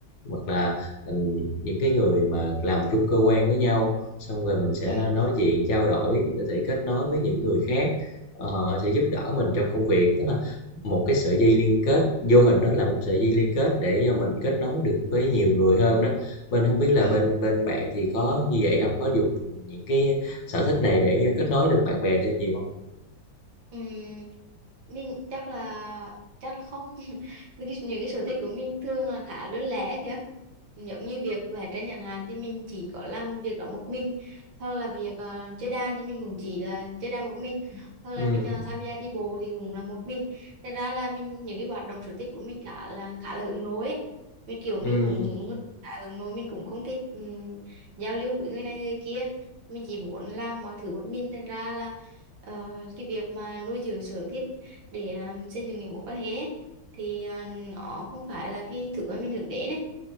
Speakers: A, on the left; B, on the right.
A: hoặc là ừ, những cái người mà làm chung cơ quan với nhau, xong rồi mình sẽ
B: ừ
A: nói chuyện trao đổi, mình có thể kết nối với những người khác, ờ, sẽ giúp đỡ mình trong công việc, tức là một cái sợi dây liên kết vô hình đó là một sợi dây liên kết để mình kết nối được với nhiều người hơn đó bên không biết là
B: ừ
A: bên bên bạn thì có như vậy không Có dùng những cái sở thích này để kết nối được bạn bè thêm nhiều không?
B: Ừm, mình chắc là chắc là không <laughs> những cái, những cái sở thích của mình thường là khá đơn lẻ kìa giống như việc vẽ tranh chẳng hạn thì mình chỉ có làm việc đó một mình hoặc là việc ờ, chơi đàn thì mình cũng chỉ là chơi đàn một mình hoặc là
A: Ừm,
B: mình ờ, tham gia đi bộ thì cũng là một mình thật ra là mình những cái hoạt động sở thích của mình khá là khá là hướng nội ấy vì kiểu
A: ừm,
B: mình cũng khá hướng nội mình cũng không thích ừm, giao lưu với người này người kia mình chỉ muốn làm mọi thứ một mình thành ra là Ờ, cái việc mà nuôi dưỡng sở thích để um, xây dựng những mối quan hệ ấy, thì ờ, nó không phải là cái thứ mà mình hướng đến ấy